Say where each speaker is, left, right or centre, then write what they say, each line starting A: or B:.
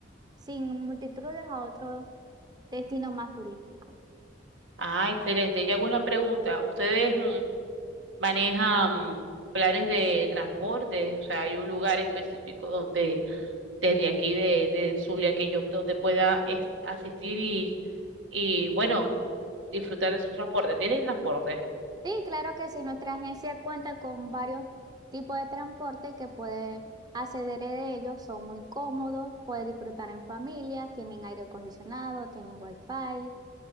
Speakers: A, on the right; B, on the right.
A: sin multitudes a otro destino más turístico.
B: Ah, excelente. Y hago una pregunta. ¿Ustedes mm, manejan planes de transporte, o sea, hay un lugar específico donde desde aquí de, de Zulia que yo donde pueda es- asistir y, y bueno, disfrutar de su transporte. ¿Tienen transporte?
A: Sí, claro que sí, nuestra agencia cuenta con varios tipos de transporte que puede acceder de ellos, son muy cómodos, puede disfrutar en familia, tienen aire acondicionado, tienen wifi,